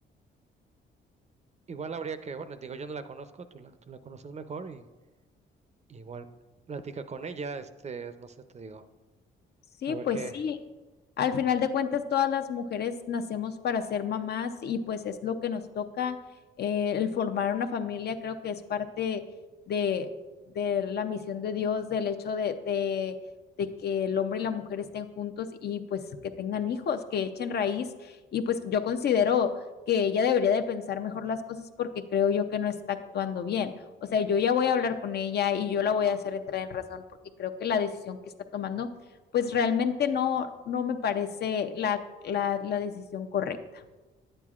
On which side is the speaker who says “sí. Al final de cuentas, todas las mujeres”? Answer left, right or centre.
Left